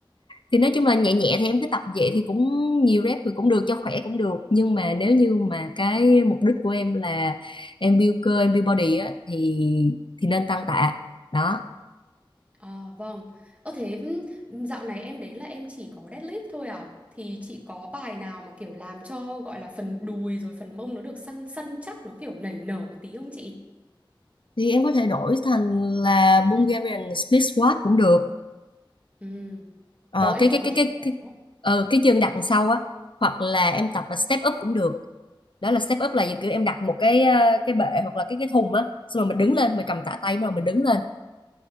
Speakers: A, on the left; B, on the right.
A: thì nói chung là nhẹ nhẹ thì em cứ tập vậy thì cũng nhiều rep thì cũng được cho khỏe cũng được nhưng mà nếu như mà cái mục đích của em là em build cơ em build body á thì thì nên tăng tạ đó
B: À, vâng. Ơ thế ừm, dạo này em đến là em chỉ có deadlift thôi à? Thì chị có bài nào mà kiểu làm cho gọi là phần đùi rồi phần mông nó được săn săn chắc nó kiểu nảy nở một tí không chị?
A: thì em có thể đổi thành là Bulgarian split squat cũng được
B: Ừ.
A: Ờ,
B: Ồ em
A: cái
B: có
A: cái
B: nghe
A: cái cái
B: cái đó.
A: cái ờ, cái chương đặt đằng sau á hoặc là em tập là step up cũng được đó là step up là kiểu em đặt một cái ờ, cái bệ hoặc là cái cái thùng á xong rồi mình đứng lên mình cầm tạ tay bắt đầu mình đứng lên